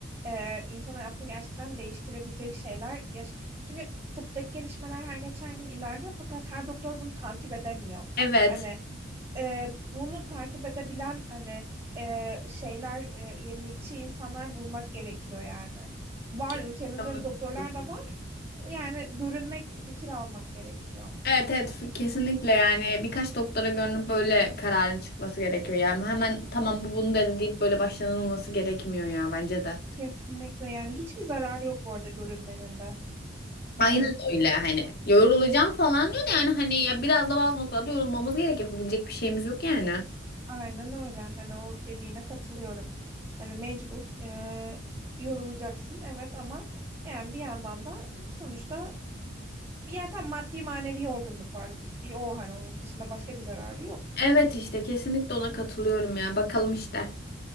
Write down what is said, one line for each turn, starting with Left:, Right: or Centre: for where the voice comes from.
Right: e, insan hayatını gerçekten değiştirebilecek şeyler. Yaş çünkü tıptaki gelişmeler her geçen gün ilerliyor fakat her doktor bunu takip edemiyor.
Left: Evet.
Right: Hani e, bunu takip edebilen hani e, şeyler e, yenilikçi insanlar bulmak gerekiyor yani. Var
Left: Kesinlikle
Right: ülkemizde
Left: buna
Right: öyle doktorlar
Left: katılıyorum.
Right: da var. Yani görünmek, fikir almak gerekiyor.
Left: Evet evet f- kesinlikle yani birkaç doktora görünüp böyle kararın çıkması gerekiyor. Yani hemen tamam bu bunu dedi deyip böyle başlanılması gerekmiyor ya bence de.
Right: Kesinlikle yani hiçbir zararı yok bu arada görünmenin de.
Left: Aynen
Right: Yani
Left: öyle hani yorulacağım falan diyor da yani hani ya biraz da bazı noktada yorulmamız gerek yapabilecek bir şeyimiz yok yani.
Right: aynen öyle. Hani o dediğine katılıyorum. Hani mecbur e, yorulacaksın evet ama yani bir yandan da sonuçta yani tam maddi manevi yorgunluk var. Bir o hani onun dışında başka bir zararı yok.
Left: Evet işte kesinlikle ona katılıyorum ya bakalım işte